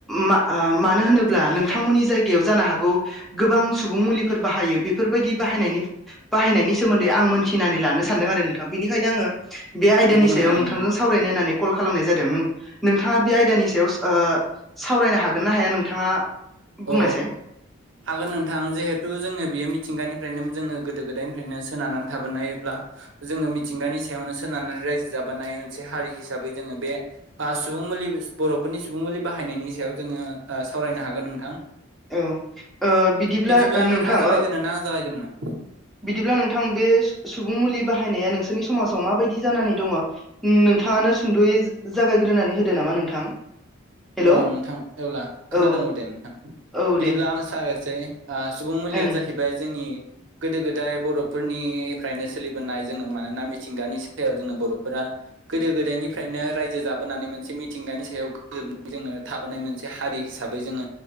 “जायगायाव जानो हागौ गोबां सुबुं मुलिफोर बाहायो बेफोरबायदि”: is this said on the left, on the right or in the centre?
Centre